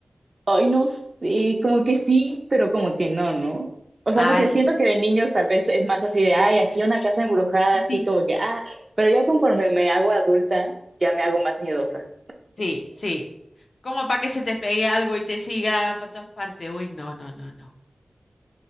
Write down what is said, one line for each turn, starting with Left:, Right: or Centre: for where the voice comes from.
Right: Ay, no sé, como que sí, pero como que no, ¿no? O sea,
Left: Ay,
Right: no sé, siento que de niños tal vez es más así de, ay, aquí
Left: sí,
Right: una casa embrujada, así
Left: sí,
Right: como que, ah, pero ya conforme me hago adulta, ya me hago más miedosa.
Left: sí. sí. Como para que se te pegue algo y te siga para todas partes. Uy, no, no, no, no.